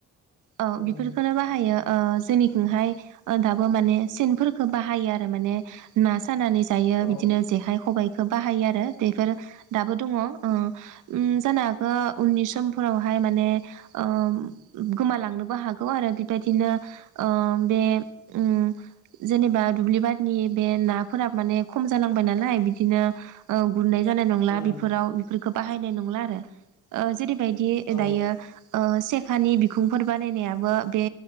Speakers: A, on the left; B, on the right.
A: उम
B: औ बेफोरखौनो बाहायो ओ जोंनिखोहाय ओ दाबो माने सेनफोरखो बाहायो आरो माने ना सानानै जायो
A: औ
B: बिदिनो जेखाइ खबाय खो बाहायो आरो बेफोर दाबो दङ ओ उम जानो हागो उननि समफोरावहाय माने ओम गोमालांनोबो हागौ आरो बिबायदिनो ओ बे उम जेनेबा दुब्लि बारिनि बे नाफोरा माने खम जालांबाय नालाय बिदिनो ओ गुरनाय जानाय नंला
A: उम
B: बेफोराव बेफोर खौ बाहायनाय नंला आरो ओ जेरै बायदि
A: औ
B: दायो ओ से खानि बि खुंफोर बानायनायाबो बे